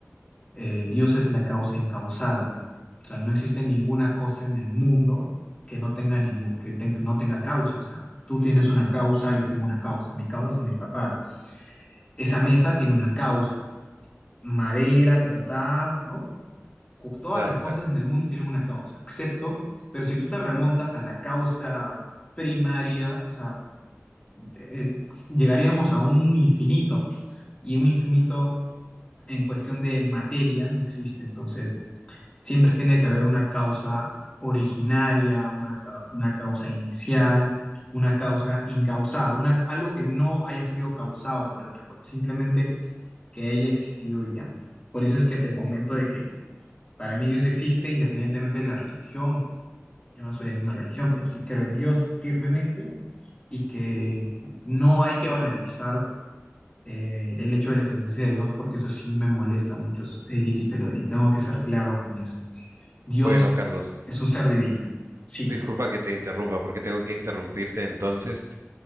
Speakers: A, on the left; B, on the right.
A: eh, Dios es la causa incausada. O sea, no existe ninguna cosa en el mundo que no tenga, ningún, que ten- no tenga causa. O sea, tú tienes una causa, yo tengo una causa. Mi causa son mis papás. Esa mesa tiene una causa. Madera, ta, ta, ta, ¿no? cu- todas
B: Claro,
A: las cosas
B: claro.
A: en el mundo tienen una causa, excepto, pero si tú te remontas a la causa primaria, o sea, eh, llegaríamos a un infinito y un infinito en cuestión de materia no existe. Entonces, siempre tiene que haber una causa originaria, una, ca- una causa inicial, una causa incausada, una, algo que no haya sido causado por otra cosa, simplemente que haya existido y ya. Por eso es que te comento de que para mí Dios existe independientemente de la religión. O sea, yo no soy de una religión, pero sí creo en Dios firmemente y que no hay que banalizar eh, el hecho de la existencia de Dios porque eso sí me molesta mucho, Eric, y, te lo- y tengo que ser claro con eso. Dios
B: Bueno, Carlos,
A: es un ser divino, sí.
B: disculpa que te interrumpa, porque tengo que interrumpirte entonces.